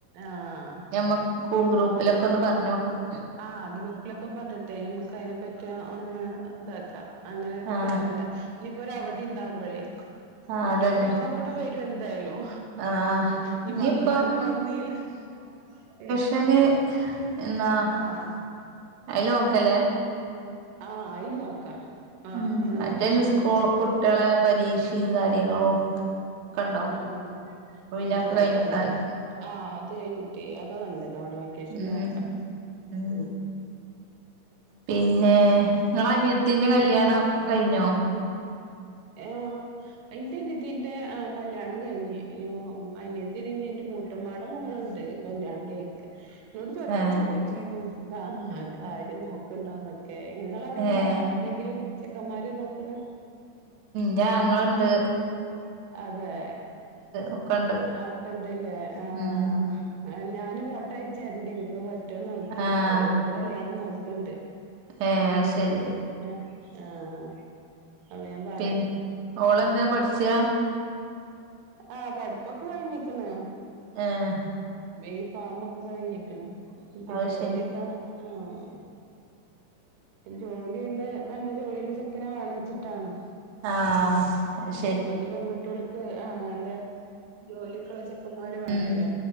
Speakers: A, on the right (about 85°); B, on the right (about 65°).
A: ആഹ്
B: ഞമ്മക്ക് ഗ്രൂപ്പിലൊക്കെ ഒന്ന് പറഞ് നോക്കാം
A: ആ ഗ്രൂപ്പിലൊക്കെ പറഞ്ഞിട്ടെ നമ്മുക്ക് അതിനെ പറ്റി ഒന്ന് ഇതാക്കാം അങ്ങനെ ഒരു
B: ആഹ്
A: പ്ലാനിടാം ഇനിയിപ്പോ ഒരു അവധി ഉണ്ടാവുമ്പോഴേ
B: ആഹ്
A: കുട്ടികളും
B: അതന്നെ
A: നമ്മളെ കൂടെ അവരും വരും എന്തായാലും
B: ആഹ്
A: ഇനി
B: ഇനിയിപ്പം
A: വന്നാലും വന്നീല് ഏ
B: പക്ഷന് എന്നാ
A: ആഹ്
B: അയില് നോക്കല്ലേ
A: ആ അയില് നോക്കാം ആ
B: ഉം
A: ഓണവെക്കേഷന്
B: മറ്റേന് സ്കൂ
A: നോക്കാം.
B: കുട്ടികളെ പരീക്ഷയും കാര്യങ്ങളും ഒക്കെ ഉണ്ടാവും
A: ആ ആ
B: അപ്പൊ പിന്നെ
A: ഉണ്ടാവും
B: ഒക്കെ കഴിഞ്ഞിട്ടാല്ലേ
A: അതന്നെ ആഹ് അത് കഴിഞ്ഞിട്ടേ അതാ നല്ലത് ഓണം വെകേഷന്
B: ഉം
A: നോക്കാം
B: ഉം
A: ഉ
B: പിന്നെ നിങ്ങള അനിയത്തിന്റെ
A: ഓ
B: കല്യാണം കഴിഞ്ഞോ?
A: ആ എന്റെ അനിയതീന്റെ ആ കല്യാണം കഴിഞ്ഞ് അനിയത്തിന് എന്റെ മൂ മൂത്തുമ്മടെ മോളുണ്ട് കല്യാണം കഴി എന്നോട് ഒരാള്
B: ഏഹ്
A: ചോദിച്ചിനു കാര്യം നോക്കണ്ടോന്ന് ക്കെ നിങ്ങള അവിടെണ്ടാ
B: ഏഹ്
A: ആരെങ്കിലും ചെക്കന്മാര് നോക്കുന്ന?
B: ഇൻ്റെ ആങ്ങളൊണ്ട്
A: അതെ
B: ഒക്കെണ്ട്
A: ആക്കെണ്ടല്ലേ ആഹ്
B: ഉം
A: ആ ഞാനും ഫോട്ടോ അയച്ചരണ്ട് പറ്റൊന്ന് നോക്കി
B: ആഹ്
A: ഓൾക്ക് കല്യാണം നോക്കണ്ട്
B: ഏഹ് അത് ശരി
A: ഉം ഉം ആഹ് അപ്പ ഞാൻ പ
B: പിന്ന ഓളെന്താ പഠിച്ചാ?
A: ആഹ് പഠിപ്പൊക്ക കഴിഞ്ഞിക്കണ്
B: ആഹ്
A: ബി ഫാമൊക്ക കഴിഞ്ഞിക്കണ് ഇപ്പ
B: അത്
A: ജോലിയൊക്ക
B: ശരി
A: ആഹ് ജോലിയുള്ള നല്ല ജോലിയുള്ള ചെക്കനെ വേണച്ചിട്ടാണ്
B: ആഹ് അത് ശരി
A: ഇപ്പത്തെ പെൺകുട്ടിഓള്ക്ക് ആഹ് നല്ല ജോലിക്കൊള്ള ചെക്കന്മാരു വേണോല്ലോ
B: ഉം